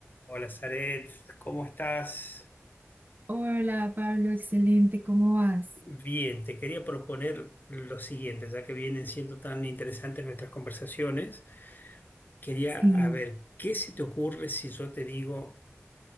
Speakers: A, on the left; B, on the right.
A: Hola, Zaret, ¿cómo estás?
B: Hola Pablo, excelente, ¿cómo vas?
A: Bien, te quería proponer lo siguiente, ya que vienen siendo tan interesantes nuestras conversaciones, quería
B: Sí.
A: a ver, ¿qué se te ocurre si yo te digo,